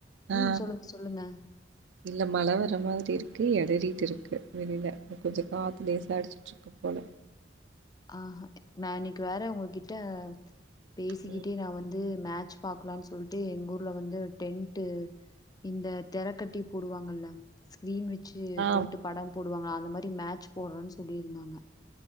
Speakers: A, on the right; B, on the left.
A: ஆ
B: ம் சொல்லுங்க சொல்லுங்க
A: இல்ல மழ வர மாரி இருக்கு கு எடறிட்டு இருக்கு வெளில கொஞ்ச காத்து லேச அடிச்சுட்டு இருக்கு போல
B: அஆ நா இன்னிக்கு வேற உங்ககிட்ட பேசிக்கிட்டே
A: ம்.
B: நா வந்து மே சு பாக்கலான்னு சொல்ட்டு எங்க ஊர்ல வந்து டென்ட் இந்த தெரக்கட்டி போடுவாங்கல்ல <unintelligible> வெச்சு
A: ஆ.
B: போட்டு படம் போடுவாங்களா அந்த மாரி மேட்ச் போற்றோன்னு சொல்லி இருந்தாங்க